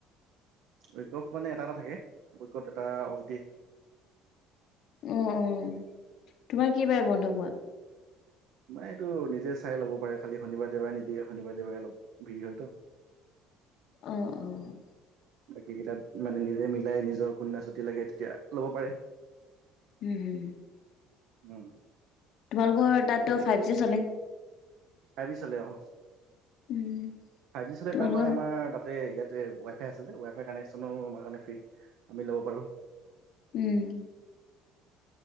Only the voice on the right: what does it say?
উইক অফ মানে এটা এটা থাকে। উইকত এটা অফ দিয়ে।
মানে এইটো নিজে চাই ল'ব পাৰে খালি শনিবাৰ দেওবাৰে নিদিয়ে শনিবাৰ দেওবাৰে অলপ ভিৰ হয়তো। <inaudible>
বাকী কেইটাত মানে নিজে মিলাই নিজৰ কোনো দিনা ছুটি লাগে তেতিয়া ল'ব পাৰে।
উম।
ফাইভ জি চলে অ।
ফাইভ জি চলে
তাৰ পৰা আমাৰ তাতে ইয়াতে ৱা ৱাই ফাই আছে যে, ৱাইফাই কানেকশ্যনো আমাৰ কাৰণে ফ্ৰী, আমি ল'ব পাৰোঁ।